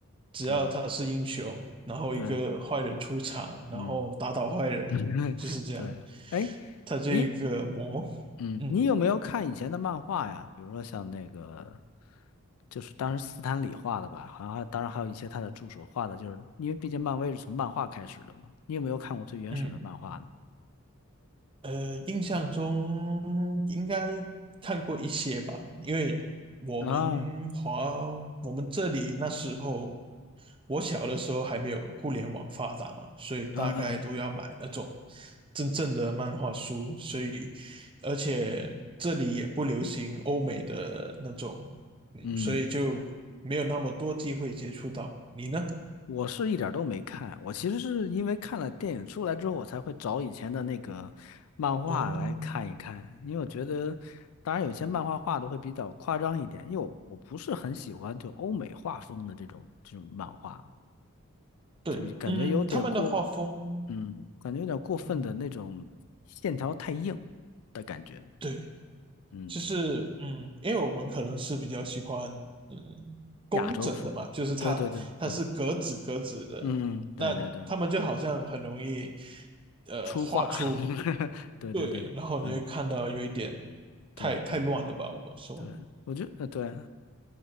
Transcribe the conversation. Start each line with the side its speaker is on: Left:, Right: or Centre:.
Right: 只要他是英雄，
Left: 对
Right: 然后一个坏人出场，
Left: 对，
Right: 然后打倒坏人，
Left: 嗯，<laughs>
Right: 就是这样，
Left: 对，哎。
Right: 他这一个魔，
Left: 你嗯，
Right: 嗯
Left: 你有没有看以前的漫画呀？比如说像那个，就是当时斯坦李画的吧，好像还当然还有一些他的助手画的，就是因为毕竟漫威是从漫画开始的嘛。你有没有看过最原始的漫画呢？
Right: 嗯。呃，印象中应该看过一些吧，因为我们华我们这里那时候，
Left: 啊，
Right: 我小的时候还没有互联网发达嘛，所以大概都要买那种
Left: 嗯嗯
Right: 真正的漫画书，所以而且这里也不流行欧美的那种，嗯，
Left: 嗯，
Right: 所以就没有那么多机会接触到。你呢？
Left: 我是一点儿都没看，我其实是因为看了电影出来之后，我才会找以前的那个漫画来看一看，
Right: 哦，
Left: 因为我觉得，当然有些漫画画的会比较夸张一点，因为我我不是很喜欢就欧美画风的这种这种漫画。
Right: 对，
Left: 就感觉有点过，
Right: 嗯，他们的画风，
Left: 嗯，感觉有点过分的那种线条太硬
Right: 嗯。
Left: 的感觉，
Right: 对，
Left: 嗯，
Right: 就是嗯，因为我们可能是比较喜欢嗯工整的嘛，
Left: 亚洲风，
Right: 就是它它是格子格子的，
Left: 对对对对，嗯嗯，对对对，
Right: 但他们就好像很容易呃画出
Left: 粗犷，<laughs> 对对对，
Right: 对，然后你会看到有一点太太乱了吧，
Left: 嗯，对对
Right: 我们说。
Left: 对，我觉得，呃对，